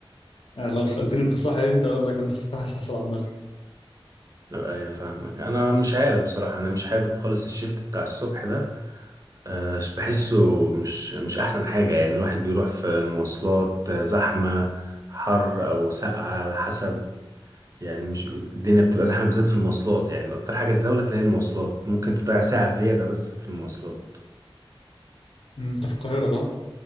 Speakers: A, on the left; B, on the right.
A: يعني لو سالتني انت صاحي امتى اقول لك انا صاحي الساعه 7 المغرب
B: لا ايوه فاهمك انا مش عارف بصراحة انا مش حابب خالص الشيفت بتاع الصبح ده آه، بحسه مش مش احسن حاجة يعني الواحد بيروح في المواصلات آه، زحمة حر او ساقعة على حسب يعني مش الدنيا بتبقى زحمة بالذات في المواصلات يعني أكتر حاجة تزولك هي المواصلات ممكن تضيع ساعة زيادة بس في المواصلات
A: أمم، انت في القاهره صح